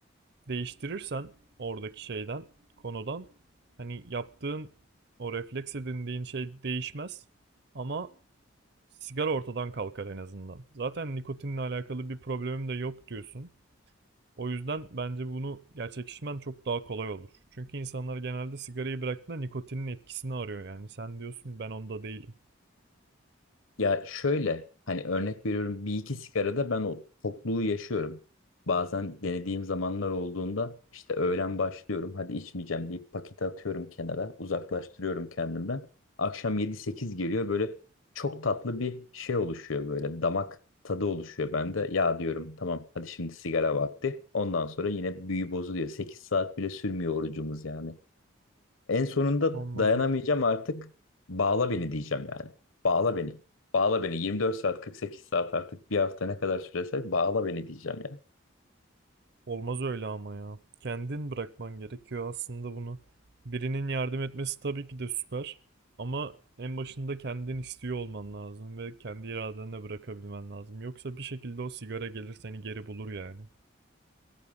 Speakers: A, on the right; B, on the left.
A: değiştirirsen oradaki şeyden, konudan hani yaptığın o refleks edindiğin şey değişmez ama sigara ortadan kalkar en azından. Zaten nikotinle alakalı bir problemim de yok diyorsun. O yüzden bence bunu gerçekleştirmen çok daha kolay olur. Çünkü insanlar genelde sigarayı bıraktığında nikotinin etkisini arıyor yani. Sen diyorsun ben onda değilim.
B: Ya şöyle hani örnek veriyorum bir iki sigarada ben o tokluğu yaşıyorum. Bazen denediğim zamanlar olduğunda işte öğlen başlıyorum hadi içmeyeceğim deyip paketi atıyorum kenara uzaklaştırıyorum kendimden. Akşam yedi sekiz geliyor böyle çok tatlı bir şey oluşuyor böyle damak tadı oluşuyor bende. Ya diyorum tamam hadi şimdi sigara vakti ondan sonra yine büyü bozuluyor 8 saat bile sürmüyor orucumuz yani. En sonunda
A: Anladım.
B: dayanamayacağım artık. Bağla beni diyeceğim yani. Bağla beni. Bağla beni. 24 saat, 48 saat artık bir hafta ne kadar sürese bağla beni diyeceğim ya.
A: Olmaz öyle ama ya. Kendin bırakman gerekiyor aslında bunu. Birinin yardım etmesi tabii ki de süper. Ama en başında kendin istiyor olman lazım ve kendi iradenle bırakabilmen lazım. Yoksa bir şekilde o sigara gelir seni geri bulur yani.